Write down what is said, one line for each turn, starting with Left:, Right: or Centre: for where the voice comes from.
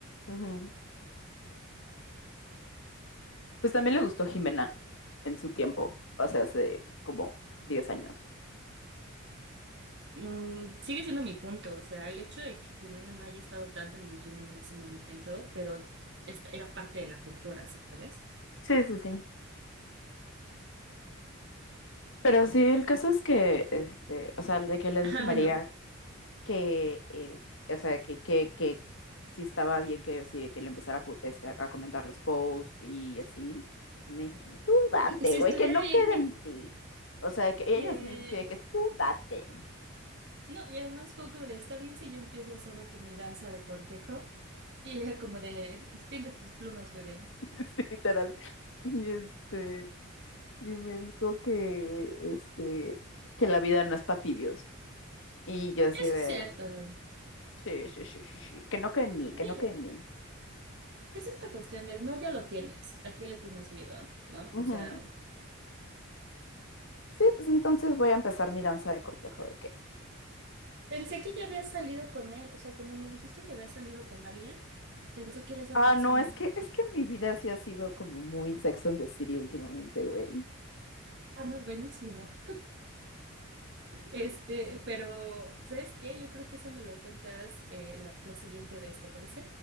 Left: ujú. Pues también le gustó Jimena en su tiempo, o sea, hace como 10 años.
Right: Mm, sigue siendo mi punto, o sea, el hecho de que Jimena no haya estado tanto en el gym en ese momento, pero esta era parte de la cultura, ¿sabes?
Left: Sí, sí, sí. Pero sí, el caso es que, este, o sea, de que le
Right: Ah,
Left: dije María,
Right: bueno,
Left: que, eh, o sea, que, que, que sí estaba bien que, sí, que le empezara a, pu- este, a comentar los posts y así. Y me dijo, así como, tú date,
Right: Si
Left: güey,
Right: estuviera
Left: que no
Right: bien
Left: quede
Right: que,
Left: en ti. O sea, que ella
Right: que...
Left: sí me dijo, sí, de que tú date,
Right: No, y además fue como de, está bien si yo empiezo a hacer de que mi danza de cortejo, y era como de, extiende tus plumas, bebé.
Left: <laughs> Sí, literal. Y este, y me dijo que, este, que la vida no es para tibios. Y yo así
Right: Eso
Left: de,
Right: es cierto.
Left: sí, sí, sí, sí, sí, que no quede en mí,
Right: Digo,
Left: que no quede en mí.
Right: es esta cuestión del no, ya lo tienes, ¿a qué le tienes miedo? ¿No?
Left: Ujú.
Right: O sea...
Left: Sí, pues entonces voy a empezar mi danza de cortejo de que...
Right: Pensé que ya había salido con él, o sea, como me dijiste que había salido con alguien, pensé que era esa
Left: Ah,
Right: persona.
Left: no, es que, es que mi vida sí ha sido como muy Sex and the City últimamente, güey.
Right: Ah, no, buenísimo. Este, pero, ¿sabes qué? Yo creo que eso me lo cuentas eh, la, la siguiente vez, ¿te acuerdas?